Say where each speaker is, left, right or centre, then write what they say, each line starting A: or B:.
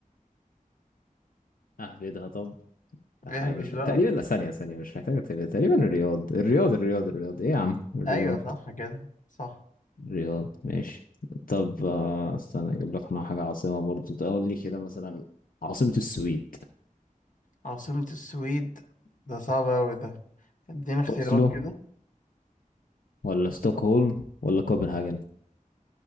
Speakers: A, on the left (about 85°); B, on the left (about 65°).
A: اهبدها طب لا
B: اهبط
A: حقيقي مش
B: بقى
A: تقريبا لا ثانية ثانية مش محتاجة تقريبا تقريبا الرياض الرياض الرياض الرياض ايه يا عم الرياض
B: ايوه صح كده صح
A: الرياض ماشي طب آه استنى اجيب لك انا حاجة عاصمة برضو تقول لي كده مثلا عاصمة السويد
B: عاصمة السويد ده صعب أوي ده اديني اختيارات
A: اوسلو
B: كده
A: ولا ستوكهولم ولا كوبنهاجن